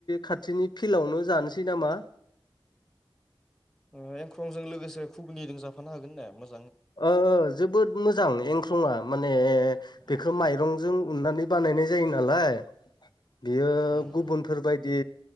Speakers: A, on the left (about 55°); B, in the centre.
A: खाथिनि फिल्डआवनो जानोसै नामा?
B: ओ एंख्रंजों लोगोसे खुगुनिजों जाफानो हागोन ने मोज
A: ओ ओ जोबोद मोजां एंख्रंआ माने
B: उम
A: बेखो माइरं जों उन्नानै बानायनाय जायो नालाय। बियो
B: उम
A: गुबुनफोरबायदि